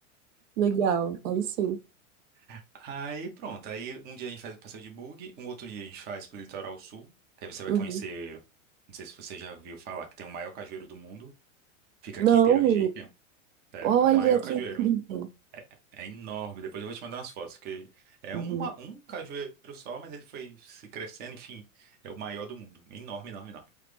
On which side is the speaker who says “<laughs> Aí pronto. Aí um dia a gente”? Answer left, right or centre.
Right